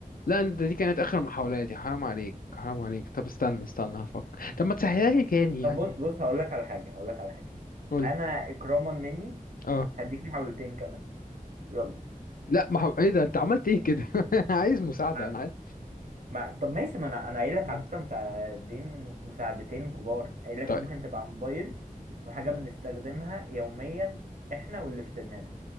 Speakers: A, on the left; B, on the right.
A: لا انت دي كانت اخر محاولاتي حرام عليك حرام عليك طب استنى استنى هفكر طب ما تسهلها لي تاني يعني
B: طب بص بص هقول لك على حاجه هقول لك على حاجه
A: قول
B: انا اكراما مني
A: اه
B: هديك محاولتين كمان يلا
A: لا ما هو- ايه ده انت عملت ايه كده <laughs> عايز مساعدة
B: عن-
A: انا عايز
B: ما... طب ماشي ما انا انا قايل لك
A: مم.
B: على فكره مساعدين مساعدتين كبار قايل لك
A: طيب
B: ممكن تبقى موبايل وحاجه
A: م-
B: بنستخدمها يوميا احنا واللي في سننا